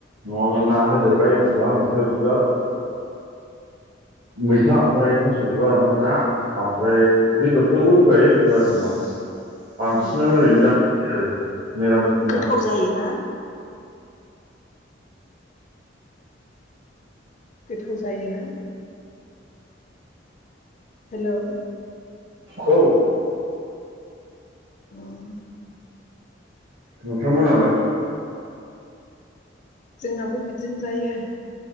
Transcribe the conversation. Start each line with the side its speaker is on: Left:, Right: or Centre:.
Right: नङाबा ना होदेरबाय एखमबा मैथा बिबार मैथा ओमफ्राय थास' बिबार ओमफ्राय ना ओमफ्राय बेदरफोरबो होखायो एखमबा एखमबा बांसिनानो
Left: अ औ औ
Right: ओरैनो जायो आरो। मिरामिस दिनाव
Left: गोथाव जायोना? गोथाव जायोना? हेल'।
Right: औ।
Left: उम।
Right: नोंथांमोनालाय?
Left: जोंहाबो बिदिनो जायो।